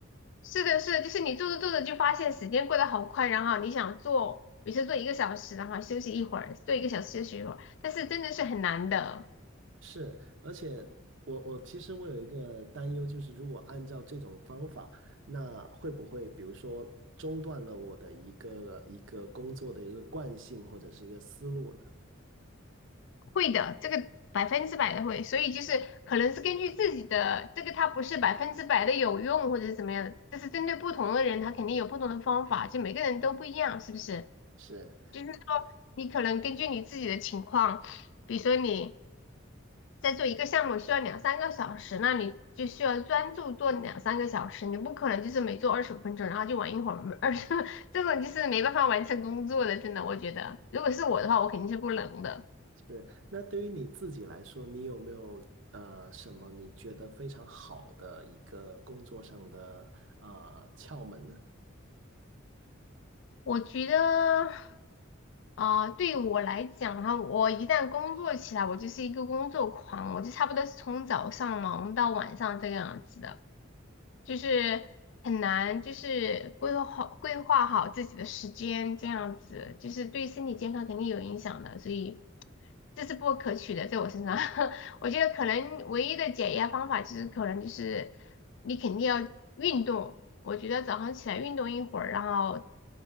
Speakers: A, on the left (about 60°); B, on the right (about 65°).
A: 是的，是的，就是你做着做着就发现时间过得好快，然后你想做，比如说做一个小时，然后休息一会儿，做一个小时休息一会儿，但是真的是很难的，
B: 是，而且我我其实我有一个担忧，就是如果按照这种方法，那会不会比如说中断了我的一个一个工作的一个惯性或者是一个思路呢？
A: 会的，这个百分之百的会，所以就是可能是根据自己的这个，它不是百分之百的有用或者是怎么样的，就是针对不同的人，他肯定有不同的方法，就每个人都不一样，是不是？
B: 是
A: 就是说你可能根据你自己的情况，比如说你在做一个项目需要两三个小时，那你就需要专注做两三个小时，你不可能就是每做二十五分钟，然后就玩一会儿二十，<laughs> 这种就是没办法完成工作的，真的，我觉得，如果是我的话，我肯定是不能的。
B: 是，那对于你自己来说，你有没有呃什么你觉得非常好的一个工作上的呃窍门呢？
A: 我觉得，啊、对我来讲哈，我一旦工作起来，我就是一个工作狂，我就差不多是从早上忙到晚上这个样子的，就是很难，就是规划好规划好自己的时间，这样子，就是对身体健康肯定有影响的，所以这是不可取的，在我身上。<laughs> 我觉得可能唯一的解压方法就是可能就是你肯定要运动。我觉得早上起来运动一会儿，然后